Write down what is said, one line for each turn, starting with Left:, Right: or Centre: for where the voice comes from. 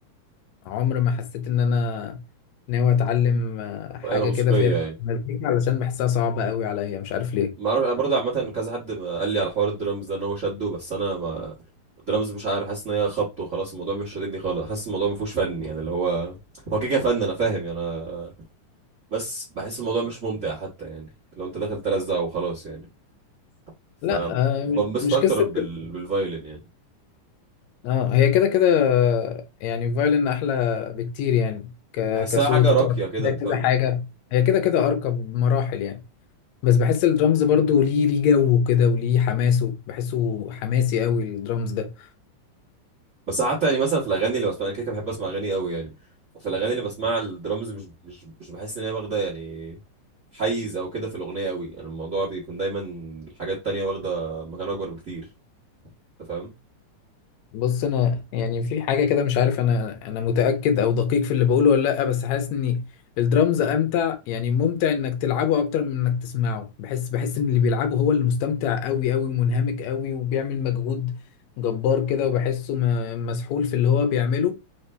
Left: عمر ما حسيت ان انا ناوي اتعلم آه، حاجة
Right: آلة موسيقية
Left: كده فيها
Right: يعني
Left: مزيكا علشان بحسها صعبة قوي عليا مش عارف ليه
Right: ما اعرف انا برضه عامة كذا حد ما قال لي على حوار الدرامز ده ان هو شده بس انا ما الدرامز مش عارف حاسس ان هي خبط وخلاص الموضوع مش شاددني خالص حاسس الموضوع ما فيهوش فن يعني اللي هو هو كده كده فن انا فاهم يعني انا بس بحس الموضوع مش ممتع حتى يعني لو انت داخل ترزع وخلاص يعني فبنبسط
Left: لا آه، مش مش
Right: اكتر
Left: قصة
Right: بال... بالفايلن يعني
Left: اه هي كده كده آه، يعني فايلن احلى بكتير يعني ك-
Right: بحسها
Left: كصوت
Right: حاجة راقية
Left: وتعرف
Right: كده
Left: فيها
Right: انت
Left: كذا
Right: فاهم
Left: حاجة هي كده كده ارقى بمراحل يعني بس بحس الدرامز برضو ليه ليه جو كده وليه حماسه بحسه حماسي قوي الدرامز ده
Right: بس حتى يعني مثلا في الاغاني اللي بسمعها انا كده كده بحب اسمع اغاني قوي يعني في الاغاني اللي بسمعها الدرامز مش مش مش بحس ان هي واخده يعني حيز او كده في الاغنيه قوي يعني الموضوع بيكون دايما حاجات تانية واخده مكان اكبر بكتير انت فاهم
Left: بص انا يعني في حاجه كده مش عارف انا انا متاكد او دقيق في اللي بقوله ولا لا بس حاسس ان الدرامز امتع يعني ممتع انك تلعبه اكتر من انك تسمعه بحس بحس ان اللي بيلعبه هو اللي مستمتع قوي قوي ومنهمك قوي وبيعمل مجهود جبار كده وبحسه م- مسحول في اللي هو بيعمله